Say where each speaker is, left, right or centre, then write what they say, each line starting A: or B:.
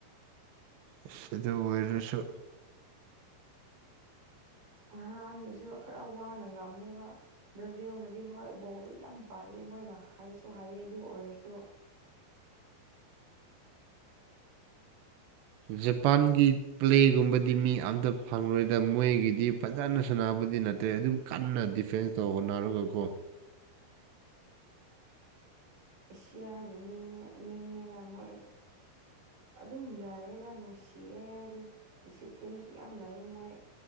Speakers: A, on the right; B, on the right.
A: ꯏꯁ ꯑꯗꯨ ꯑꯣꯏꯔꯁꯨ
B: ꯉꯔꯥꯡꯗꯨꯁꯨ ꯈꯔ ꯋꯥꯅ ꯉꯝꯃꯦꯕ ꯕ꯭ꯔꯥꯖꯤꯜꯅꯗꯤ ꯍꯣꯏ ꯕꯣꯜꯗꯣ ꯌꯥꯝ ꯄꯥꯏꯌꯦ ꯃꯣꯏꯅ ꯍꯩꯁꯨ ꯍꯩꯌꯦ ꯑꯗꯨ ꯑꯣꯏꯔꯁꯨ
A: ꯖꯄꯥꯟꯒꯤ ꯄ꯭ꯂꯦꯒꯨꯝꯕꯗꯤ ꯃꯤ ꯑꯝꯇ ꯐꯪꯂꯣꯏꯗ ꯃꯣꯏꯒꯤꯗꯤ ꯐꯖꯅ ꯁꯥꯟꯅꯕꯗꯤ ꯅꯠ ꯇꯦ ꯑꯗꯨꯝ ꯀꯟꯅ ꯗꯤꯐꯦꯟꯁ ꯇꯧ ꯍꯣꯠꯅꯔꯒꯀꯣ
B: ꯑꯦꯁꯤꯌꯥꯒꯤ ꯃꯤꯡ ꯃꯤꯡꯅꯤꯅ ꯃꯣꯏ ꯑꯗꯨꯝ ꯌꯥꯏꯌꯦꯗ ꯅꯨꯡꯁꯤꯌꯦ ꯑꯩꯗꯤ ꯗꯤꯁꯤꯄ꯭ꯂꯤꯟꯁꯨ ꯌꯥꯝ ꯂꯩꯌꯦ ꯃꯣꯏ